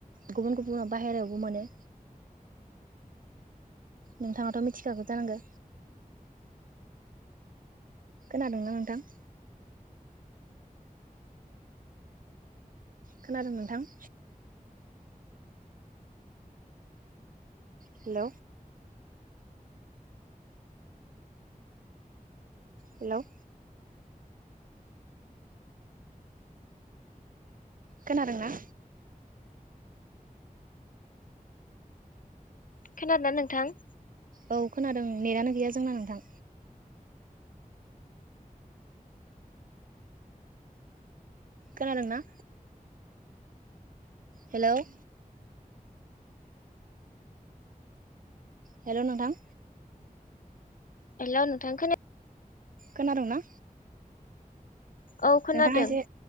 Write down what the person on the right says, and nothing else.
गुबुन गुबुन बायहेरायावबो मोनो। नोंथाङाथ' मिथिखागौ जानांगौ। खोनादोंना नोंथां? खोनादों नोंथां? हेल' हेल' खोनादोंना?
औ खोनादों नेटानो गैया जोंना नोंथां। खोनादोंना? हेल' हेल' नोंथां।
खोनादोंना?
नोंथाङा एसे